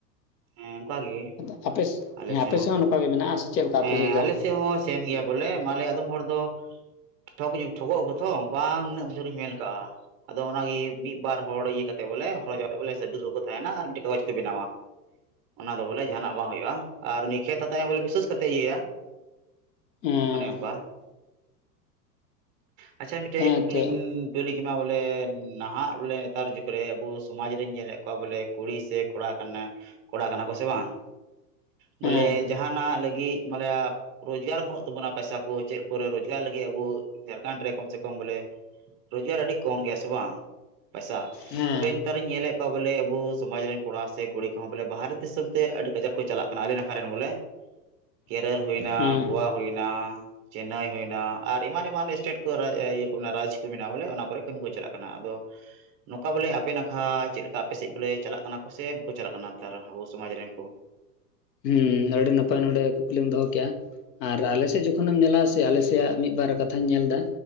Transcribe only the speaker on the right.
ᱦᱮᱸ ᱚᱱᱠᱟ ᱜᱮ
ᱟᱞᱮ
ᱥᱮᱫ
ᱦᱮᱸ
ᱟᱞᱮ ᱦᱚᱸ ᱥᱮᱢ ᱜᱮᱭᱟ ᱵᱚᱞᱮ ᱢᱞᱮ ᱟᱫᱚᱢ ᱦᱚᱲ ᱫᱚ ᱴᱷᱚᱠᱚᱜ ᱴᱷᱚᱜᱚ ᱛᱚ ᱵᱟᱝ ᱱᱤᱱᱟᱹᱜ ᱩᱚᱪᱷᱚᱨᱤᱧ ᱢᱮᱱ ᱠᱟᱜᱼᱟ᱾ ᱟᱫᱚ ᱚᱱᱟᱜᱮ ᱢᱤᱫ ᱵᱟᱨ ᱦᱚᱲ ᱤᱭᱟᱹ ᱠᱟᱛᱮ ᱵᱚᱞᱮ ᱦᱚᱲ ᱡᱟ ᱵᱚᱞᱮ ᱥᱟᱹᱵᱩᱛ ᱵᱟᱠᱚ ᱛᱟᱦᱮᱱᱟ ᱟᱨ ᱢᱤᱫᱴᱮᱱ ᱠᱟᱜᱚᱡᱽ ᱠᱚ ᱵᱮᱱᱟᱣᱟ᱾ ᱚᱱᱟ ᱫᱚ ᱵᱚᱞᱮ ᱡᱟᱦᱟᱱᱟᱜ ᱵᱟᱝ ᱦᱩᱭᱩᱜᱼᱟ᱾ ᱟᱨ ᱩᱱᱤ ᱠᱷᱮᱛ ᱦᱟᱛ ᱦᱚᱸ ᱵᱚᱞᱮ ᱵᱤᱥᱮᱥ ᱠᱟᱛᱮᱫ ᱤᱭᱟᱹᱭᱟ
ᱚᱱᱮ ᱚᱱᱠᱟ ᱟᱪᱪᱷᱟ ᱢᱤᱫᱴᱮᱡ
ᱠᱩᱠᱞᱤᱧ
ᱠᱮᱢᱟ ᱵᱚᱞᱮ ᱱᱟᱦᱟᱜ ᱵᱚᱞᱮ ᱱᱮᱛᱟᱨ ᱡᱩᱜᱽ ᱨᱮ ᱟᱵᱚ ᱥᱚᱢᱟᱡᱽ ᱨᱮᱧ ᱧᱮᱞᱮᱫ ᱠᱚᱣᱟ ᱵᱚᱞᱮ ᱠᱩᱲᱤ ᱥᱮ ᱠᱚᱲᱟ ᱠᱟᱱᱟ ᱠᱚᱲᱟ ᱠᱟᱱᱟ ᱠᱚ ᱥᱮ ᱵᱟᱝ ᱵᱚᱞᱮ
ᱡᱟᱦᱟᱱᱟᱜ ᱞᱟᱹᱜᱤᱫ ᱜᱮ ᱢᱟᱱᱮ ᱨᱳᱡᱽᱜᱟᱨ ᱵᱟᱹᱱᱩᱜ ᱛᱟᱵᱚᱱᱟ ᱯᱚᱭᱥᱟ ᱠᱚ ᱪᱮᱫ ᱠᱚᱨᱮ ᱨᱚᱡᱽᱜᱟᱨ ᱞᱟᱹᱜᱤᱫ ᱟᱵᱚ ᱡᱷᱟᱲᱠᱷᱚᱸᱰ ᱨᱮ ᱠᱚᱢ ᱥᱮ ᱠᱚᱢ ᱵᱚᱞᱮ ᱨᱳᱡᱽᱜᱟᱨ ᱟᱹᱰᱤ ᱠᱚᱢ ᱜᱮᱭᱟ ᱥᱮ ᱵᱟᱝ ᱯᱚᱭᱥᱟ
ᱛᱚᱵᱮ ᱱᱮᱛᱟᱨ ᱤᱧ ᱧᱮᱞᱮᱫ ᱠᱚᱣᱟ ᱵᱚᱞᱮ ᱟᱵᱚ ᱥᱚᱢᱟᱡᱽ ᱨᱮᱱ ᱠᱚᱲᱟ ᱥᱮ ᱠᱩᱲᱤ ᱠᱚᱦᱚᱸ ᱵᱚᱞᱮ ᱵᱟᱨᱦᱮ ᱫᱤᱥᱚᱢ ᱛᱮ ᱟᱹᱰᱤ ᱠᱟᱡᱟᱠ ᱠᱚ ᱪᱟᱞᱟᱜ ᱠᱟᱱᱟ ᱟᱞᱮ ᱱᱟᱠᱷᱟ ᱨᱮᱱ ᱵᱚᱞᱮ᱾ ᱠᱮᱨᱚᱞ ᱦᱩᱭᱱᱟ,
ᱜᱳᱣᱟ ᱦᱩᱭᱱᱟ ᱪᱮᱱᱱᱟᱭ ᱦᱩᱭᱱᱟ ᱟᱨ ᱮᱢᱟᱱ, ᱮᱢᱟᱱ ᱮᱥᱴᱮᱴ ᱠᱚ ᱤᱭᱟᱹ ᱠᱚ ᱢᱮᱱᱟᱜᱼᱟ, ᱨᱟᱡᱽ ᱠᱚ ᱢᱮᱱᱟᱜᱼᱟ ᱵᱚᱞᱮ ᱚᱱᱟ ᱠᱚᱨᱮᱜ ᱠᱟᱹᱢᱤ ᱠᱚ ᱪᱟᱞᱟᱜ ᱠᱟᱱᱟ᱾ᱟᱫᱚ ᱱᱚᱝᱠᱟ ᱵᱚᱞᱮ ᱟᱯᱮ ᱱᱟᱠᱷᱟ ᱪᱮᱫ ᱞᱮᱠᱟ ᱟᱯᱮᱥᱮᱫ ᱵᱚᱞᱮ ᱪᱟᱞᱟᱜ ᱠᱟᱱᱟ ᱠᱚ ᱥᱮ ᱵᱟᱠᱚ ᱪᱟᱞᱟᱜ ᱠᱟᱱᱟ ᱱᱮᱛᱟᱨ ᱟᱵᱚ ᱥᱚᱢᱟᱡᱽ ᱨᱮᱱ ᱠᱚ